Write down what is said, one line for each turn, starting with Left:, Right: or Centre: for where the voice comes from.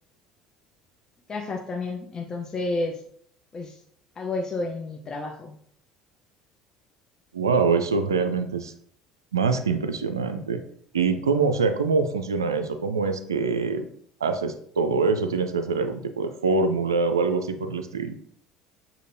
Left: cajas también. Entonces, pues hago eso en mi trabajo.
Right: Wow, eso realmente es más que impresionante. ¿Y cómo, o sea, cómo funciona eso? ¿Cómo es que haces todo eso? ¿Tienes que hacer algún tipo de fórmula o algo así por el estilo?